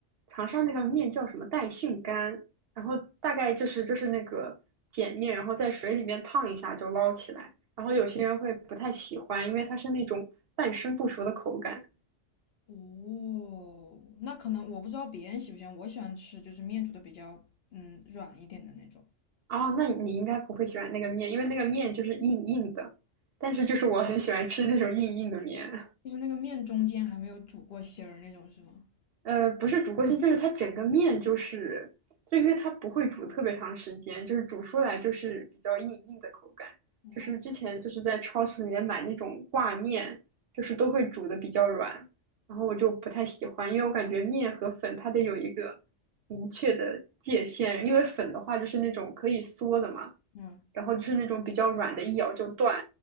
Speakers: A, on the right (about 60°); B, on the left (about 60°).
A: 长沙那个面叫什么带训干，然后大概就是就是那个碱面，然后在水里面烫一下就捞起来。然后有些人会不太喜欢，因为它是那种半生不熟的口感。
B: 哦，那可能我不知道别人喜不喜欢，我喜欢吃就是面煮的比较嗯软一点的那种，
A: 哦，那你应该不会喜欢那个面，因为那个面就是硬硬的，但是就是我很喜欢吃那种硬硬的面。
B: 就是那个面中间还没有煮过芯儿那种是吗？
A: 呃，不是煮过性，就是它整个面就是，就因为它不会煮特别长时间，就是煮出来就是比较硬硬的口感。
B: 哦，
A: 就是之前就是在超市里面买那种挂面，就是都会煮的比较软，然后我就不太喜欢，因为我感觉面和粉它得有一个明确的界限，因为粉的话就是那种可以缩的嘛，
B: 嗯。
A: 然后就是那种比较软的，一咬就断。